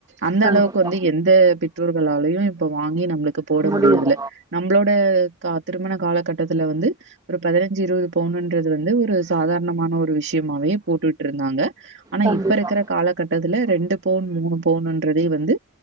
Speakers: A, on the right (about 55°); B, on the right (about 15°).
A: அந்த
B: கண்டிப்பா
A: அளவுக்கு வந்து எந்த பெற்றோர்களாலயும் இப்ப வாங்கி நம்மளுக்கு போட
B: முடியல
A: முடியறதுல நம்மளோட திருமண காலகட்டத்துல வந்து ஒரு பதினஞ்சு இருபது பவுனுன்றது வந்து ஒரு சாதாரணமான ஒரு விஷயம் சும்மாவே போட்டுட்டு இருந்தாங்க ஆனா
B: கண்டிப்பா
A: இப் ப இருக்கிற காலகட்டத்துல ரெண்டு பவுண் மூணு பவுண்றதே வந்து